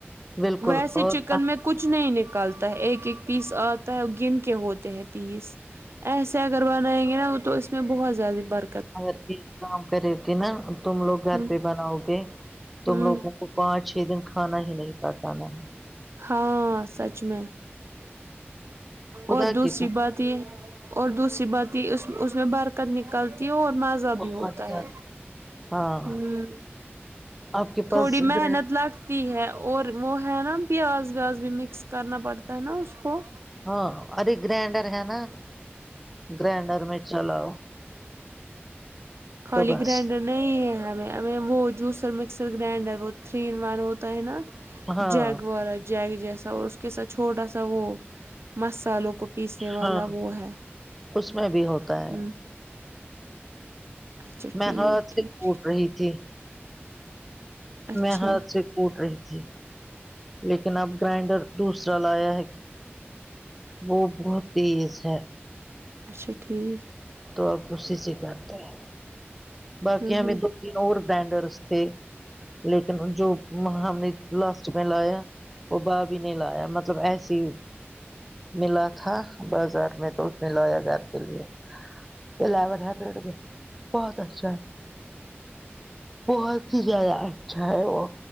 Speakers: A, in the centre; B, on the right.
A: بالکل
B: ویسے
A: اور
B: چکن
A: آپ
B: میں کچھ نہیں نکلتا ہے ایک ایک پیس آتا ہے گن کے ہوتے ہیں پیس ایسے اگر بنائیں گے نا وہ تو اس میں بہت زیادہ بر
A: اگر کام کرے کہ نا تم لوگ گھر
B: ہ
A: پہ بناؤ گے تم
B: ہ
A: لوگ کو پانچ چھ دن کھانا ہی نہیں پکانہ ہے
B: ہاں سچ میں
A: خدا
B: اور دوسری
A: کی قسم
B: بات اور دوسری بات یہ اس میں اس میں برکت نکلتی ہے اور مزہ بھی
A: بہت
B: ہوتا
A: زیادہ
B: ہے
A: ہاں
B: ہمم
A: آپ کے
B: تھوڑی
A: پاس
B: محنت
A: گرینڈ
B: لگ تی ہے اور وہ ہے نا پیاز ویاز بھی مکس کرنا پڑتا ہے نا اس کو
A: ہاں ارے گرائنڈر ہے نا گرائنڈر میں چلاؤ
B: کھالی
A: تو بس
B: گرائنڈر نہیں ہے ہمیں ہمیں وہ جوسر مکسر گرائنڈر وہ تھری ون ہوتا ہے نا
A: ہاں
B: جگ والا جگ جیسا اور اس کے ساتھ چھوٹا سا وہ مسالوں کو پیسنے والا
A: ہاں
B: وہ ہے
A: اس میں بھی ہوتا ہے
B: ہ اچھا
A: میں
B: ٹھیک
A: ہاتھ
B: ٹھیک
A: سے کوٹ رہی تھی
B: اچھا
A: میں ہاتھ سے کوٹ رہی تھی لیکن اب گرائنڈر دوسرا لایا ہے وہ بہت تیز ہے
B: اچھا ٹھیک
A: تو اپ اسی سے کرتے ہیں باقی
B: ہ
A: ہمیں
B: ہ
A: دو تین اور بینڈرس تھے لیکن جو ہم نے لاسٹ میں لایا وہ بھابی نے لایا مطلب ایسی ملا تھا بازار میں تو اس نے لایا گھر کے لیے <unintelligible> بہت اچھا بہت ہی زیادہ اچھا ہے وہ